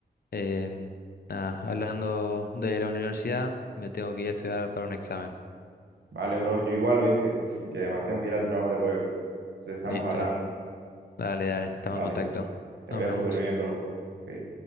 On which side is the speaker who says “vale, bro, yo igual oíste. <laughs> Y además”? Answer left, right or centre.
Right